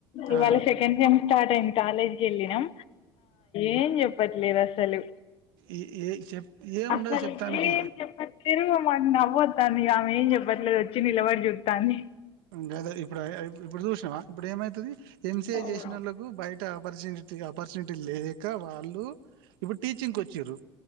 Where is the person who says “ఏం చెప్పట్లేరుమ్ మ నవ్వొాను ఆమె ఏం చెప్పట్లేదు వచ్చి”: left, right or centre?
Left